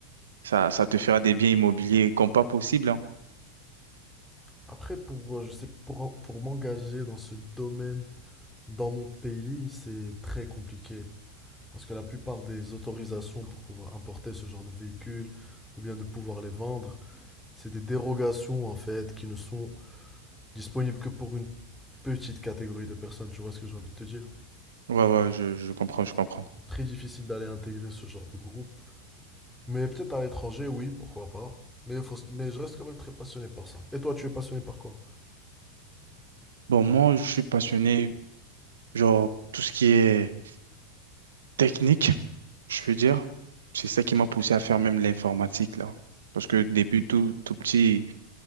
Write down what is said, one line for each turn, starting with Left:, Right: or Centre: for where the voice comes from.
Right: Ça, ça te fera des biens immobiliers comme pas possible, hein.
Centre: Après, pour, euh, je sais, pour, pour m'engager dans ce domaine, Dans mon pays, c'est très compliqué parce que la plupart des autorisations pour pouvoir importer ce genre de véhicules ou bien de pouvoir les vendre, c'est des dérogations en fait qui ne sont disponibles que pour une petite catégorie de personnes. Tu vois ce que j'ai envie de te dire?
Right: Ouais, ouais, je, je comprends, je comprends.
Centre: C'est très difficile d'aller intégrer ce genre de groupe. Mais peut-être à l'étranger, oui, pourquoi pas. Mais, il faut- mais je reste quand même très passionné par ça. Et toi, tu es passionné par quoi?
Right: Bon, moi, je suis passionné, genre, tout ce qui est technique, je veux dire. C'est ça qui m'a poussé à faire même l'informatique, là. Parce que depuis tout, tout petit,